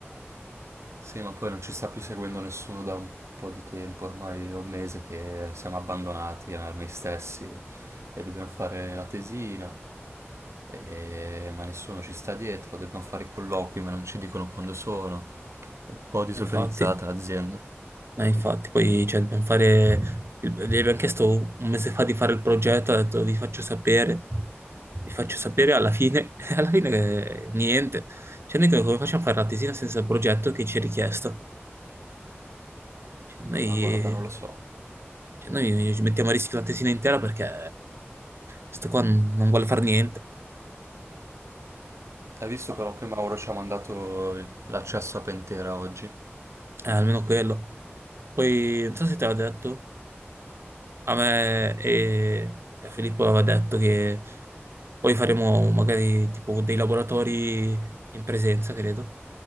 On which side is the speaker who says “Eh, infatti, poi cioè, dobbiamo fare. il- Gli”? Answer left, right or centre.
Right